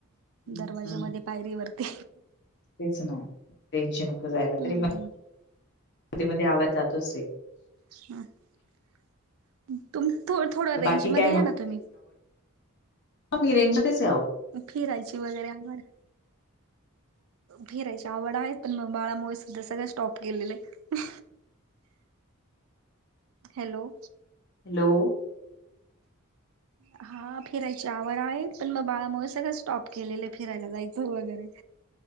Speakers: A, on the left (about 50°); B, on the right (about 70°).
A: हम्म.
B: दरवाज्यामध्ये पायरी वरती
A: तेच ना टेन्शनकं जायला
B: हम्म
A: तरी पण मध्ये मध्ये आवाज जातोच आहे.
B: हम्म तुम थोड रेंज
A: बाकी
B: मध्ये
A: काय
B: या ना तुम्ही
A: हा मी रेज मध्येच आहे आहो
B: फिरायची वगैरे आवड फिरायची आवड आहे पण मग बाळामुळे सुद्धा सगळं स्टॉप केलेलं आहे. हॅलो
A: हॅलो
B: ह हा फिरायची आवड आहे पण मग बाळामुळे सगळं स्टॉप केलेलं फिरायला जायचं वगैरे.